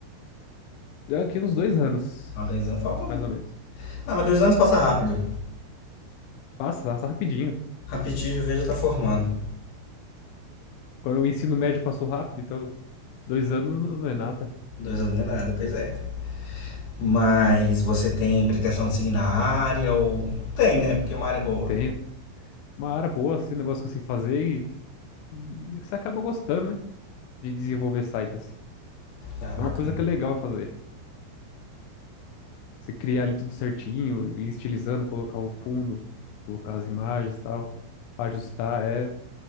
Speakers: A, on the left; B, on the left.
A: Deu aqui uns dois anos,
B: Ah, dois anos. Falta- um-
A: mais ou menos.
B: Ah, mas dois anos passa rápido.
A: Passa, passa rapidinho.
B: Rapidinho, o V já tá formando.
A: Quando o ensino médio passou rápido, então, dois anos não não é nada.
B: Dois anos não é nada, pois é. Mas você tem pretensão de seguir na área ou. Tem, né? Porque é uma área boa.
A: Tenho. Uma área boa, assim, um negócio que eu sei fazer e, e você acaba gostando, né? De desenvolver site, assim.
B: Ah, bacana.
A: É uma coisa que é legal fazer. Você criar ali tudo certinho, ir estilizando, colocar o fundo, colocar as imagens e tal, ajustar, é,